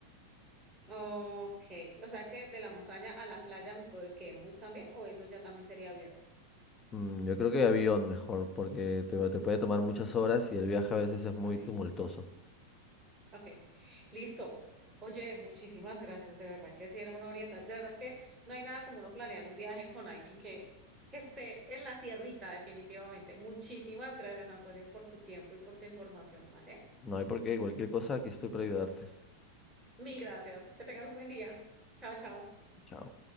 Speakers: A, on the right (about 20°); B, on the left (about 20°).
A: Ok, o sea que de la montaña a la playa me puedo ir que en bus también, o eso ya también sería avión,
B: Mm, yo creo que avión mejor, porque te, va- te puede tomar muchas horas y el viaje a veces es muy
A: avión.
B: tumultuoso.
A: Ok, listo. Oye, muchísimas gracias, de verdad que sí era una orientación. De verdad es que no hay nada como uno planear un viaje con alguien que, que esté en la tierrita, definitivamente. Muchísimas gracias, Antonio, por tu tiempo y por tu información, ¿vale?
B: No hay por qué, cualquier cosa, aquí estoy para ayudarte.
A: Mil gracias. Que tengas un buen día. Chao, chao.
B: Chao.